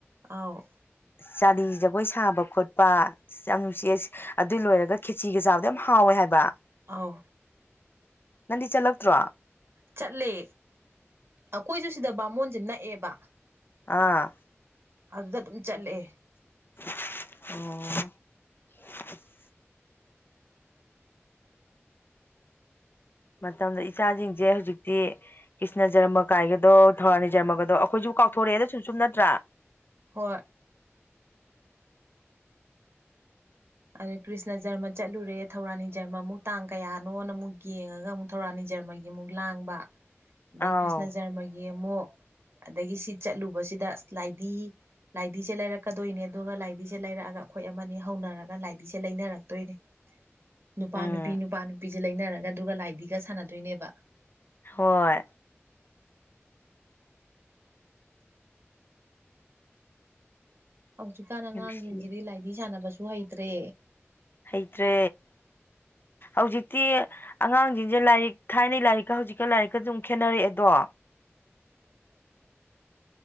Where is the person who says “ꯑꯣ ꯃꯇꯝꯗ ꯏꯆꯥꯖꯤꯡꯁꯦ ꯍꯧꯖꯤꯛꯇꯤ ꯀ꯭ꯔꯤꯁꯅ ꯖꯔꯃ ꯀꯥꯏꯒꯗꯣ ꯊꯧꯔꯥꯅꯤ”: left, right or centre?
Left